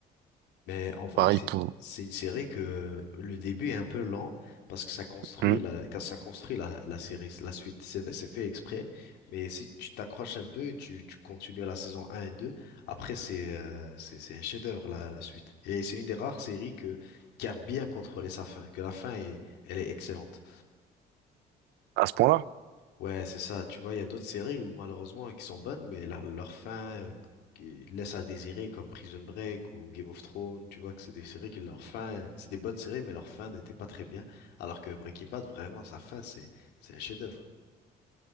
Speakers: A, on the left; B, on the right.
A: Mais en vrai,
B: Pareil
A: c'est
B: pour.
A: c'est une série que le début est un peu lent parce que ça construit
B: Hmm.
A: la quand ça construit la, la série, la suite, c'est c'est fait exprès. Mais si tu t'accroches un peu, tu, tu continues la saison un et 2. après c'est euh, c'est c'est un chef-d'œuvre la, la suite. Et c'est une des rares séries que qui a bien contrôlé sa fin, que la fin est elle est excellente.
B: À ce point-là?
A: Ouais, c'est ça. Tu vois, il y a d'autres séries où malheureusement qui sont bonnes, mais leur, leur fin euh, qui laisse à désirer, comme Prison Break ou Game of Thrones. Tu vois que c'est des séries qui leur fin, euh, c'est des bonnes séries, mais leur fin n'était pas très bien. Alors que Breaking Bad, vraiment, sa fin, c'est c'est un chef-d'œuvre.